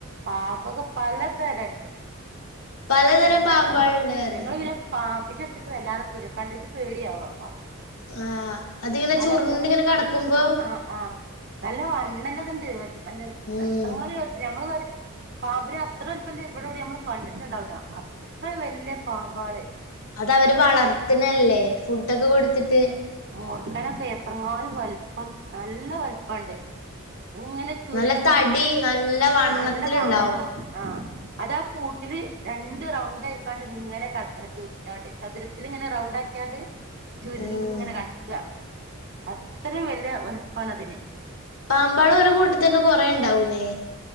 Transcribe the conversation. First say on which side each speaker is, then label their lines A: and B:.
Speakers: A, on the right (about 50°); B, on the left (about 80°).
A: പാമ്പൊക്കെ പല തരം ഉണ്ട്
B: പലതരം
A: അതേമാതിരി
B: പാമ്പാളുണ്ട് പറഞ്ഞ്
A: ഞങ്ങൾ പാമ്പിന്റെ അടുത്തക്ക് വല്ലാതെ പു കണ്ടിട്ട് പേടിയവാ
B: ആ അതിങ്ങനെ
A: പലതരം
B: ചുറണ്ടിങ്ങനെ കടക്കുമ്പോ
A: ആഹ് ആഹ് വല്ല വണ്ണല്ലതുണ്ട്ല്ല
B: ഉം
A: എത്രങ്ങല ഞമ്മള് പറ പാമ്പിനെ അത്ര ഉല്പ്പന്നം ഇവിടെൂടി നമ്മൾ കണ്ടിട്ടുണ്ടാവില്ല അത്ര വല്യ പാമ്പാണ്
B: അത് അവര് വളർത്തണല്ലേ ഫുഡൊക്കെ കൊടുത്തിട്ട്
A: മൂർക്കനൊക്കെ എത്രങ്ങാലും വൽപ്പം നല്ല വലപ്പുണ്ട് ഇങ്ങനെ ചുരുണ്ട്
B: നല്ല തടി നല്ല വണ്ണത്തിലുണ്ടാവും
A: നല്ല വണ്ണോ ആഹ് അതാ കൂട്ടില് രണ്ട് റൗണ്ട് ആയിക്കാണ്ട് ഇങ്ങനെ കിടക്കുന്ന ചുരുറണ്ട് ചതുര ഇതി ഇങ്ങനെ റൗണ്ട് ആക്കിയാണ്ട് ചുരി
B: ഉം
A: ഇങ്ങനെ കിടക്കുക അത്രയും വല വലുപ്പമാണ് അതിന്
B: പാമ്പ് അവരെ കൂട്ടത്തിൽ കുറെ ഇണ്ടാവുമല്ലേ